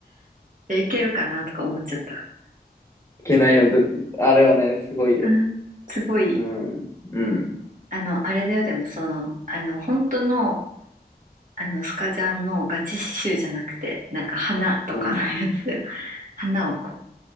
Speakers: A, on the right; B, on the left.
A: でいけるかなとか思っちゃった。
B: けないよ。ずあれはね、すごいよ。
A: うん。すごい、
B: うん。うん。
A: あの、あれだよ、でもその、あの、本当のあの、スカジャンのガチ刺繍じゃなくて、なんか花とかのやつで、
B: うん。
A: 花をこう、